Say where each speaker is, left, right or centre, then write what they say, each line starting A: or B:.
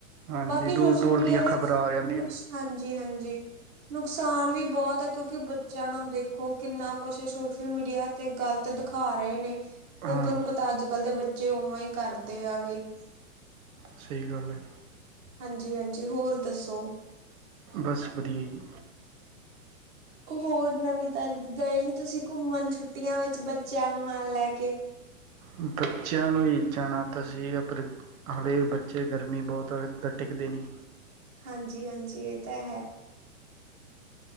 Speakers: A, on the right; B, on the right.
A: ਹਾਂਜੀ
B: ਬਾਕੀ ਸੋਸ਼ਲ
A: ਦੂਰ ਦੂਰ
B: ਮੀਡੀਆ
A: ਦੀਆਂ
B: ਦੇ
A: ਖ਼ਬਰਾਂ ਆ ਜਾਂਦੀਆਂ
B: ਨੁਕ ਹਾਂਜੀ ਹਾਂਜੀ ਨੁਕਸਾਨ ਵੀ ਬਹੁਤ ਹੈ ਕਿਉਂਕਿ ਬੱਚਿਆਂ ਨੂੰ ਦੇਖੋ ਕਿੰਨਾ ਕੁਛ ਸੋਸ਼ਲ ਮੀਡੀਆ ਤੇ ਗ਼ਲਤ ਦਿਖਾ ਰਹੇ ਨੇ ਫੇਰ
A: ਹਾਂਜੀ
B: ਤੁਹਾਨੂੰ ਪਤਾ ਅੱਜ ਕਲ ਦੇ ਬੱਚੇ ਉਵਾਂ ਉ ਕਰਦੇ ਆ ਗੇ।
A: ਸਹੀ ਗੱਲ ਹੈ
B: ਹਾਂਜੀ ਹਾਂਜੀ ਹੋਰ ਦੱਸੋ।
A: ਬਸ ਵਧੀਆ ਜੀ।
B: ਹੋਰ ਨਵੀਂ ਤਾਜੀ ਗਏ ਨੀ ਤੁਸੀਂ ਘੁੰਮਣ ਛੁੱਟੀਆਂ ਵਿੱਚ ਬੱਚਿਆਂ ਨੂੰ ਨਾਲ ਲੈ ਕੇ।
A: ਬੱਚਿਆਂ ਨੂੰ ਹੀ ਜਾਣਾ ਤਾਂ ਸੀਗਾ ਪਰ ਹਲੇ ਬੱਚੇ ਗਰਮੀ ਬਹੁਤ ਆ ਟਿੱਕਦੇ ਨੀਂ।
B: ਹਾਂਜੀ ਹਾਂਜੀ ਏ ਤਾਂ ਹੈ।